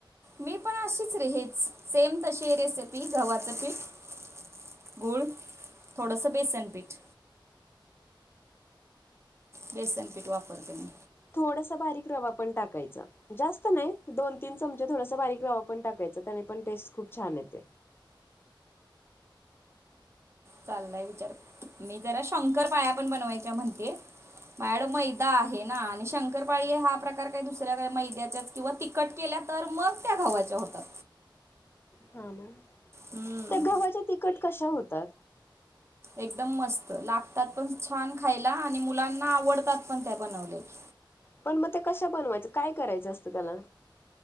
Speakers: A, on the right (about 30°); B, on the left (about 25°).
A: मी पण अशीच रे हेच सेम तशी रेसिपी गव्हाचं पीठ गुळ थोडसा बेसनपीठ बेसनपीठ वापरते मी.
B: थोडासा बारीक रवा पण टाकायचा जास्त नाय दोन तीन चमचे थोडासा बारीक रवा पण टाकायचा त्याने पण टेस्ट खूप छान येते.
A: चाललाय विचार मी जरा शंकरपाळ्या पण बनवायच्या म्हणते. माझ्याकडं मैदा आहे ना आणि शंकरपाळी हा प्रकार काय दुसऱ्या काय मैद्याच्याच... किंवा तिखट केल्या तर मग त्या गव्हाच्या होतात.
B: हां ना
A: हम्म
B: त्या गव्हाच्या तिखट कशा होतात?
A: एकदम मस्त, लागतात पण छान खायला आणि मुलांना आवडतात पण त्या बनवलेल्या
B: पण मग ते कश्या बनवायचे? काय करायचं असतं त्याला?